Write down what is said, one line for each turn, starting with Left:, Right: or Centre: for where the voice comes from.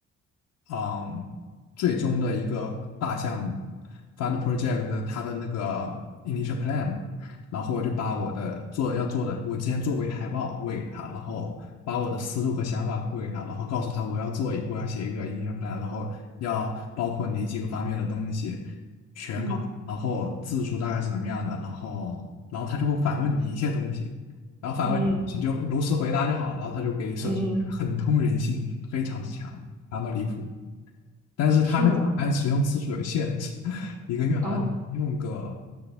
Left: 嗯，最终的一个大项目 fund project 它的那个 initial plan 嘛，然后我就把我的做要做的，我之前做过一海报喂给他，然后把我的思路和想法喂给他，然后告诉他我要做一，我要写一个 initial plan，然后要包括哪几个方面的东西，全告诉然后字数大概是怎么样的，
Right: 嗯
Left: 然后然后他就会反问你一些东西。然后反问你，
Right: 嗯
Left: 你就如实回答就好了，然后他就给你设置很通人性，
Right: 嗯，嗯
Left: 非常之强，强到离谱。但是它那个按使用次数有限制，
Right: 是吗？
Left: <laughs> 一个月好像用个
Right: 哦